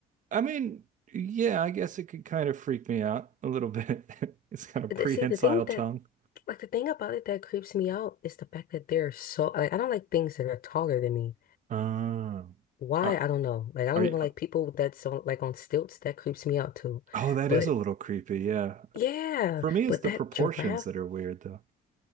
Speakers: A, on the right; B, on the left.
A: I mean, yeah, I guess it could kind of freak me out a little bit. <laughs> It's kind of
B: Th-
A: prehensile
B: See, the thing that,
A: tongue.
B: like, the thing about it that creeps me out is the fact that they're so, like, I don't like things that are taller than me.
A: Oh.
B: Why?
A: Are
B: I don't know. Like, I don't
A: are you?
B: even like people that's on, like, on stilts. That creeps me out too.
A: Oh, that
B: But
A: is a little creepy. Yeah.
B: yeah,
A: For me, it's
B: but
A: the
B: that
A: proportions
B: giraffe,
A: that are weird, though.